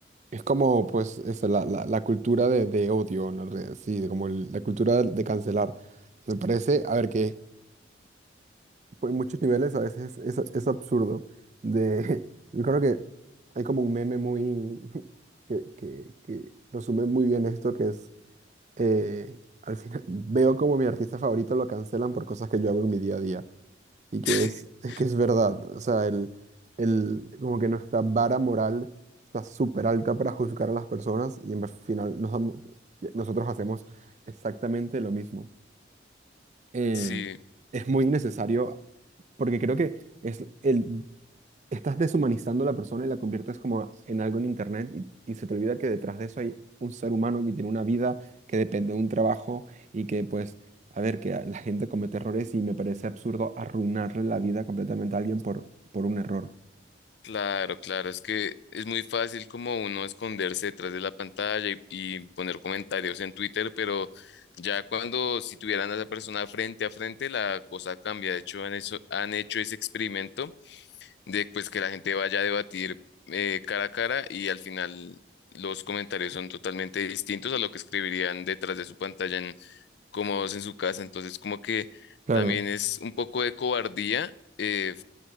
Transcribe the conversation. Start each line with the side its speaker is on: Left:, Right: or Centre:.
Right: Es como, pues, eso, la, la, la cultura de, de odio, en la red, sí, de como el- la cultura de, de cancelar. Me parece, a ver, que pues, en muchos niveles a veces es, es absurdo. De, <laughs> yo creo que hay como un meme muy <laughs> que, que, que resume muy bien esto, que es eh, al final <laughs> veo como mi artista favorito lo cancelan por cosas que yo hago en mi día a día. Y que
Left: <laughs>
Right: es, <laughs> es que es verdad. O sea, el, el, como que nuestra vara moral está súper alta para juzgar a las personas y en vez- al final nos damos- nosotros hacemos exactamente lo mismo. Eh,
Left: Sí.
Right: es muy innecesario porque creo que es el, estás deshumanizando a la persona y la conviertes como en algo en internet y, y se te olvida que detrás de eso hay un ser humano que tiene una vida, que depende de un trabajo y que pues, a ver, que la gente comete errores y me parece absurdo arruinarle la vida completamente a alguien por, por un error.
Left: Claro, claro, es que es muy fácil como uno esconderse detrás de la pantalla y, y poner comentarios en Twitter, pero ya cuando si tuvieran a esa persona frente a frente, la cosa cambia. De hecho, han, eso- han hecho ese experimento de pues, que la gente vaya a debatir eh, cara a cara y al final los comentarios son totalmente distintos a lo que escribirían detrás de su pantalla en, cómodos en su casa. Entonces, como que
Right: Claro,
Left: también es un poco de cobardía. eh,